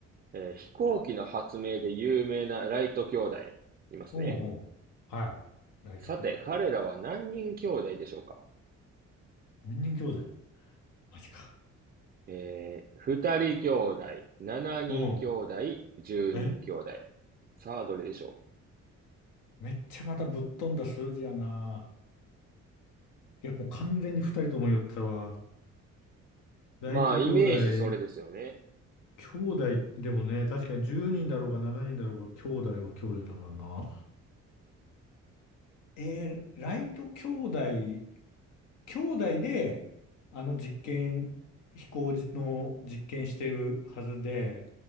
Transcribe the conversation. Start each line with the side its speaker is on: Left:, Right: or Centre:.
Right: えー飛行機の発明で有名なライト兄弟、いますね。
Left: うんうん。はい。ライト兄弟。
Right: さて、彼らは何人兄弟でしょうか
Left: 何人兄弟マジか。
Right: えー、2人兄弟、7人兄弟、
Left: うん。
Right: 10人兄弟。
Left: え
Right: さあ、どれでしょ
Left: めっちゃまたぶっ飛んだ数字やな。いや、もう完全に二人とも言ったわ。ライト兄
Right: うまあ、イメージそれですよね。
Left: 弟、兄弟でもね、確かに10人だろうが7人だろうが、兄弟は兄弟だからな。えーライト兄弟、兄弟で、あの実験、飛行じの実験してるはずで、